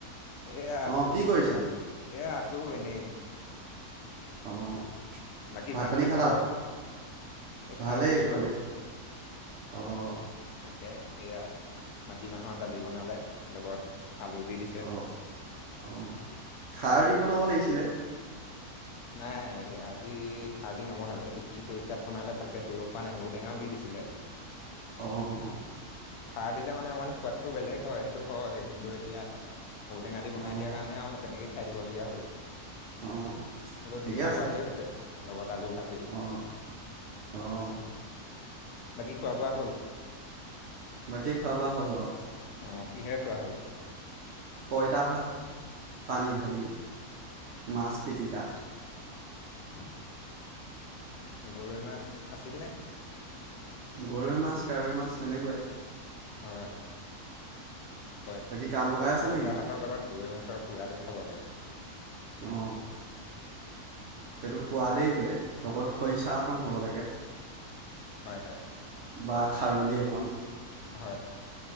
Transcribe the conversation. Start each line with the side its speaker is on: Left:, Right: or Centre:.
Left: এয়া আছো
Right: অঁ কি কৰিছা
Left: এয়া আছো শোনে
Right: অঁ
Left: বাকী
Right: ভাত
Left: ভালনে
Right: পানী খালা
Left: খবৰ এই
Right: ভালেই
Left: খাই উঠিছোঁ
Right: ভালেই
Left: আৰু
Right: অঁ
Left: তাকে সেয়া মাটিমাহৰ দালি বনালে, লগত আলু দি দিছে,
Right: অঁ অঁ খাৰ
Left: হয়।
Right: দি বনাব লাগিছিলে
Left: নাই আজি খাৰ দি নবনালে, এইটো কি তৰিকাত বনালে ভালকে ধৰিব পৰা নাই, ঔটেঙাও দি দিছে। দিলে
Right: অ' অ'।
Left: খাৰ দিলে মানে অকমান সোৱাদটো বেলেগ হয়, সেইটো হয় কিন্তু এতিয়া, ঔটেঙা দি বনাই
Right: অঁ
Left: দিয়াৰ কাৰণে আৰু তেনেকেই খাই দিব লগীয়া হ'ল,
Right: অঁ
Left: হ'লেও
Right: ঠিকে
Left: ধুনীয়া
Right: আছে
Left: সোৱাদেই হৈছে। খালো ভালেই।
Right: অঁ অঁ
Left: বাকী খোৱা বোৱা হ'ল?
Right: বাকী খোৱা বোৱা হ'ল অ'।
Left: অ', কিহে খোৱা হ'ল?
Right: পঁইতা ভাত, পানী ঢালি, মাছ পিটিকা।
Left: <unintelligible> গৰৈ মাছ আছিলনে?
Right: গৰৈ মাছ, কাৱৈ মাছ তেনেকুৱাই।
Left: হয়, হয়,
Right: বাকী কাম লগাই আছা
Left: পঁইতা
Right: নেকি
Left: ভাতৰ লগত গৰৈ মাছৰ পুৰাটো খাব লাগে।
Right: অ'। সেইটো সোৱাদেই বেলেগ, লগত খৰিচা অকণ হ'ব লাগে।
Left: হয়, হয়।
Right: বা খাৰলি অকণ।
Left: হয়।